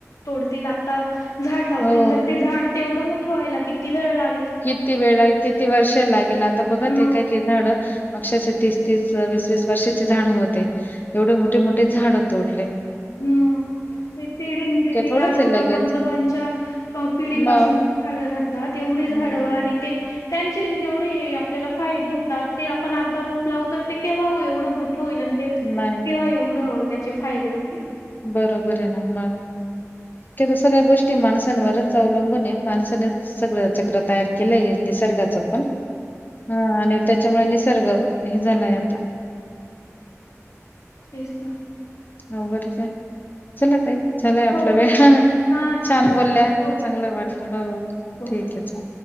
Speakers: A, on the left (about 85°); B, on the left (about 35°).
A: तोडतील आता झाड लावतील
B: हो.
A: तर ते झाड तेवढं मोठं व्हायला किती वेळ लाग
B: किती वेळा किती वर्ष लागेल आता बघत
A: मग
B: आहे काय का झाड अक्षरशे तीस तीस स वीस वीस वर्षाचे झाड होते एवढे मोठे मोठे झाड हो त उरले
A: ह ते पिढीन पिढी
B: थोडंच
A: आजोबा
B: आहे लगेच.
A: पणजोबांच्या पिढी
B: मग,
A: पाासून राहतात तेवढे झाड
B: मग
A: आणि त्यांचे जेवढे आपल्याला फायदे होतात ते आपण आता रोप लावू तर ते केव्हा एवढं मोठं होईल
B: नाही.
A: तेव्हा एवढं त्याचे फायदे होतील
B: बरोबर आहे ना मग सगळ्या गोष्टी माणसांवरच अवलंबून आहे माणसानेच सगळं चक्र तयार केलं आहे निसर्गाच पण हा आणि त्याच्यामुळे निसर्ग हे झालाय आता
A: तेसल
B: हो का ठीक आहे चला तई झालं आपल्या
A: हो.
B: वेळ
A: हां. चला,
B: छान
A: चला.
B: बोलल्या
A: बोला.
B: चांगलं वाटलं हो
A: हो.
B: ठीक आहे